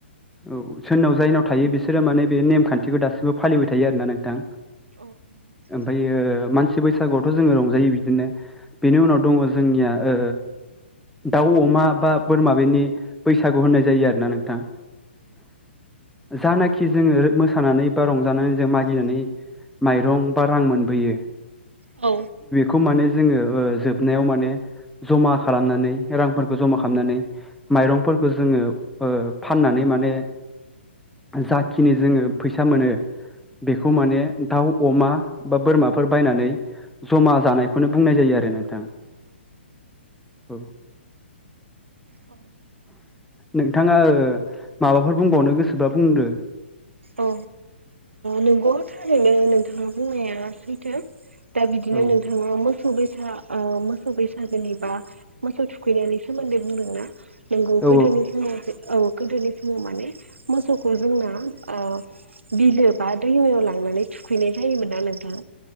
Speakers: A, in the centre; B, on the right.
A: औ सोरनाव जायनाव थायो बिसोरो माने बे नेमखान्थिखौ दासिमबो फालिबाय थायो आरोोना नोंथां।
B: <inaudible>
A: ओमफ्रायो मानसि बैसागुआवथ' जोङो रंजायो बिदिनो बेनि उनाव दङ जोंनिया ओ दाउ अमा बा बोरमा बेनि बैसागु होननाय जायो आरो ना नोंथां। जानाखि जोङो मोसानानै बा रंजानानै जों मागिनानै माइरं बा रां मोनबोयो।
B: औ
A: खौ माने जोङो ओ जोबनायाव माने जमा खालामनानै रांफोरखौ जमा खालामनानै माइरंफोरखौ जोङो ओ फाननानै माने जाखिनि जोङो फैसा मोनो। बेखौ माने दाउ अमा बा बोरमाफोर बायनानै जमा जानायखौनो बुंनाय जायो। नोंथां औ
B: औ
A: नोंथाङा माबाफोर बुंबावनो गोसोबा बुंदो।
B: औ नंगौआ थारैनो नोंथाङा बुंनाया सैथो। दा बिदिनो
A: औ
B: नोंथाङा मोसौ बैसा ओ मोसौ बैसा जेनेबा मोसौ थुखैनायनि सोमोन्दै बुंदों ना नोंगौ
A: औ
B: गोदोनि समावसो औ गोदोनि समाव माने मोसौखौ जोंना ओ बिलो बा दैमायाव लांनानै थुखैनाय जायोमोन ना नोंथां।